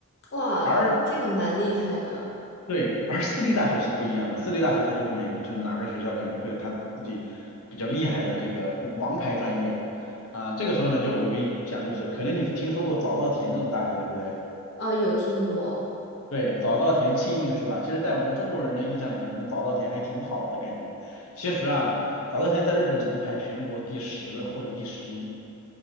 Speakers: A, on the left; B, on the left.
A: 哇，
B: 而
A: 那这个蛮厉害的，
B: 对，而私立大学是不一样的，私立大学它就是每就哪个学校可能会有它自己比较厉害的这个王牌专业，啊、这个时候呢，就我跟你讲，就是可能你听说过早稻田这种大学，对不对？
A: 哦，有听过。
B: 对，早稻田、庆应是吧？其实，在我们中国人的印象里面，可能早稻田还挺好的感觉。其实啊，早稻田在日本只能排全国第十或者第十一，